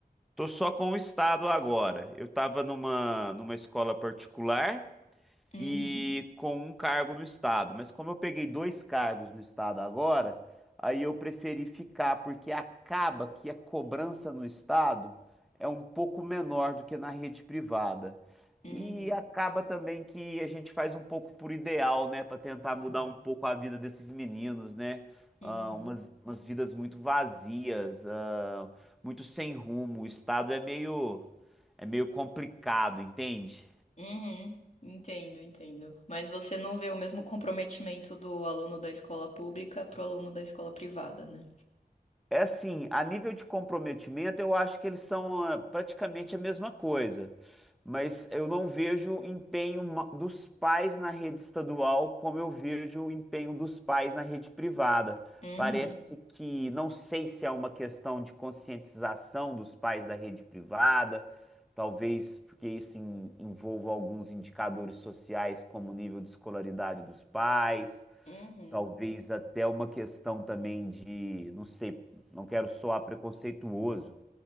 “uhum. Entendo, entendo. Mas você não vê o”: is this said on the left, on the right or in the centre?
Left